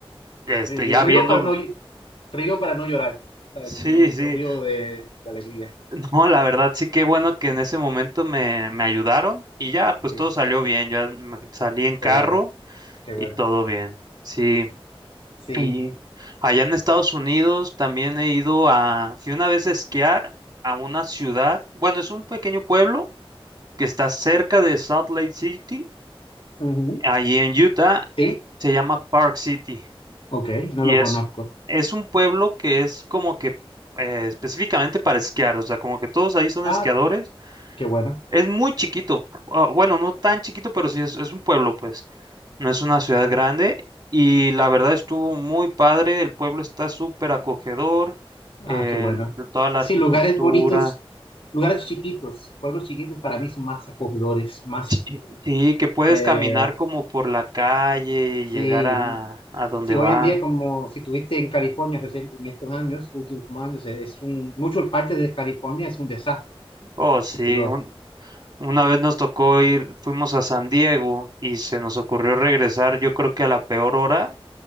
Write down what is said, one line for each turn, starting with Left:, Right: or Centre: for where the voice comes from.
Right: este,
Left: Sí,
Right: ya
Left: río
Right: viendo,
Left: para no, ll- río para no llorar, ¿sabes?
Right: sí,
Left: No,
Right: sí.
Left: no río de, de alegría.
Right: No, la verdad sí que bueno que en ese momento me, me ayudaron y ya, pues
Left: Sí,
Right: todo salió bien, ya me- salí en carro
Left: qué bueno, qué bueno.
Right: y todo bien. Sí,
Left: Sí,
Right: y allá en Estados Unidos también he ido a, fui una vez a esquiar a una ciudad, bueno, es un pequeño pueblo que está cerca de Salt Lake City,
Left: Ujú.
Right: allí en Utah,
Left: sí,
Right: se llama Park City
Left: ok, no
Right: y
Left: lo
Right: es,
Left: conozco.
Right: es un pueblo que es como que eh, específicamente para esquiar, o sea, como que todos ahí son
Left: Ah,
Right: esquiadores
Left: qué bueno,
Right: Es muy chiquito, o- bueno, no tan chiquito, pero sí es, es un pueblo, pues, no es una ciudad grande y la verdad estuvo muy padre, el pueblo está súper acogedor,
Left: ah,
Right: eh,
Left: qué bueno.
Right: toda la
Left: Sí,
Right: arquitectura,
Left: lugares bonitos, lugares chiquitos, pueblos chiquitos para mí son más acogedores, más,
Right: sí, sí, sí, que puedes
Left: eh,
Right: caminar como por la calle y
Left: sí.
Right: llegar a, a donde
Left: Sí, hoy
Right: va.
Left: en día, como si tuviste en California recién- en estos años, últimos años, es un, muchas partes de California es un desastre.
Right: Oh, sí,
Left: De los,
Right: un- una vez nos tocó ir, fuimos a San Diego y se nos ocurrió regresar, yo creo que a la peor hora